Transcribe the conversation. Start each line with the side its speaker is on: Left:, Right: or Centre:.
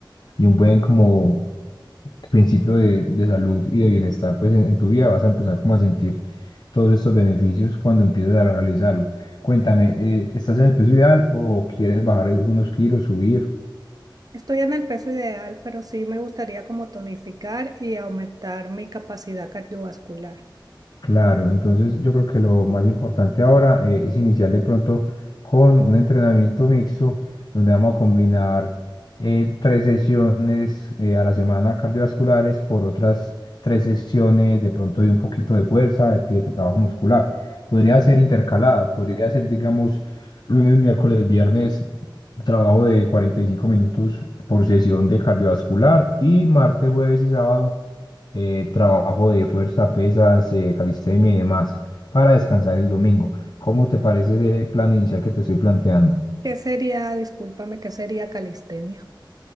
Left: y un buen como principio de, de salud y de bienestar, pues en, en tu vida vas a empezar como a sentir todos estos beneficios cuando empieces a realizarla. Cuéntame, eh, ¿estás en el peso ideal o quieres bajar algunos kilos, subir?
Right: Estoy en el peso ideal, pero sí me gustaría como tonificar y aumentar mi capacidad cardiovascular.
Left: Claro, entonces yo creo que lo más importante ahora eh, es iniciar de pronto con un entrenamiento mixto donde vamos a combinar eh, tres sesiones eh, a la semana cardiovasculares por otras tres sesiones de pronto de un poquito de fuerza, de trabajo muscular. Podría ser intercalado, podría ser, digamos, lunes, miércoles, viernes, trabajo de 45 minutos por sesión de cardiovascular y martes, jueves y sábado eh, trabajo de fuerza, pesas, eh, calistenia y demás, para descansar el domingo. ¿Cómo te parece ese plan inicial que te estoy planteando?
Right: ¿Qué sería, discúlpame, qué sería calistenia?